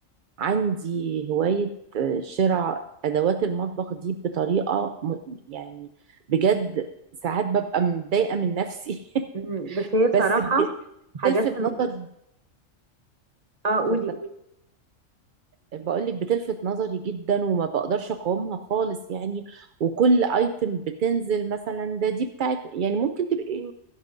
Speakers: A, on the right; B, on the right.
A: عندي هواية آه، شراء أدوات المطبخ دي بطريقة م- يعني بجد ساعات ببقى متضايقة من نفسي <laughs>
B: مم. بس هي بصراحة
A: بس بتلفت
B: حاجات الم-
A: نظري
B: اه قولي
A: اتفضل.
B: قولي
A: بقولك بتلفت نظري جدا وما بقدرش أقاومها خالص يعني وكل ايتم بتنزل مثلا ده دي بتاعت يعني ممكن تبقي